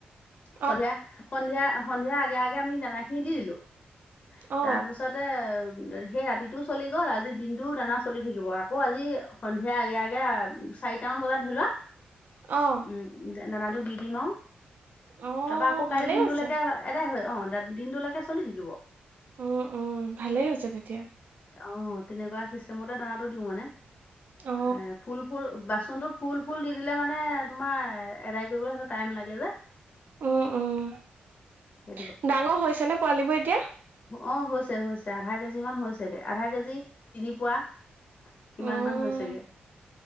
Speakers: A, on the right; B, on the left.
A: অ <inaudible>
B: সন্ধিয়া সন্ধিয়া সন্ধিয়াৰ আগে আগে আমি দানা খিনি দি দিলো
A: অ',
B: তাৰপিছত পিছতে সেই ৰাতিটোও চলি গ'ল আজি দিনটোও দানা চলি থাকিব আকৌ আজি সন্ধিয়া আগে আগে চাৰিটামান বজাত ধৰি লোৱা উম,
A: অ',
B: দানাটো দি দিম আৰু <unintelligible>
A: অ',
B: তাৰপৰা আকৌ কাইলৈ
A: ভালেই
B: দিনটোলৈকে
A: হৈছে।
B: এটাই হয় আহ, দিনটোলৈকে চলি থাকিব।
A: উম, উম ভালেই হৈছে তেতিয়া।
B: অ' তেনেকুৱা চিষ্টেমতে দানাটো দিও মানে
A: অ'
B: এ ফুল ফুল বাচনটোত ফুল, ফুল দি দিলে মানে তোমাৰ এটাই কৰিবলৈ সেই টাইম লাগে যে।
A: উম, উম,
B: সেইটো
A: ডাঙৰ হৈছে নে পোৱালীবোৰ এতিয়া?
B: অ', হৈছে, হৈছে আধা কেজি মান হৈছেগে আধা কেজি তিনি পোৱা। ইমান
A: উম
B: মান হৈছে গে